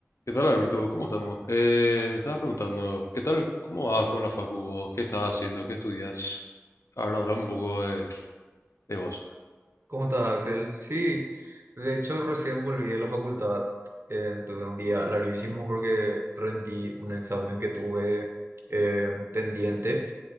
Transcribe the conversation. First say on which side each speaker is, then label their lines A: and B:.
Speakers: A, on the left; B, on the right.
A: ¿Qué tal, Alberto? ¿Cómo estamos? Eh, me estaba preguntando, ¿qué tal? ¿Cómo vas con la facu vos? ¿Qué estás haciendo? ¿Qué estudias? Ahora hablamos un poco de, de vos.
B: ¿Cómo estás, Axel? Sí, de hecho recién volví de la facultad. eh, tuve un día larguísimo porque rendí un examen que tuve eh, pendiente.